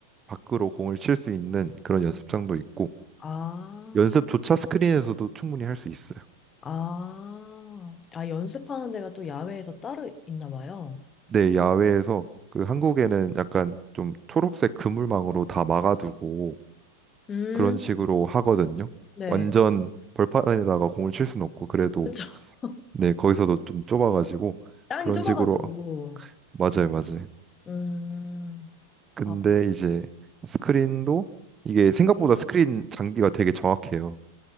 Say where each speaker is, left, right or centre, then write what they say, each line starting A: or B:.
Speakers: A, on the right; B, on the left.
A: 밖으로 공을 칠 수 있는 그런 연습장도 있고
B: 아.
A: 연습조차 스크린에서도 충분히 할 수 있어요.
B: 아, 아, 연습하는 데가 또 야외에서 따로 있나 봐요.
A: 네, 야외에서 그 한국에는 약간 좀 초록색 그물망으로 다 막아두고
B: 음,
A: 그런 식으로 하거든요.
B: 네.
A: 완전 벌판에다가 공을 칠 수는 없고 그래도
B: 그쵸. <laughs>
A: 네 거기서도 좀 좁아가지고
B: 땅이
A: 그런
B: 좁아가지고.
A: 식으로 맞아요, 맞아요.
B: 음,
A: 근데
B: 아,
A: 이제 스크린도 이게 생각보다 스크린 장비가 되게 정확해요.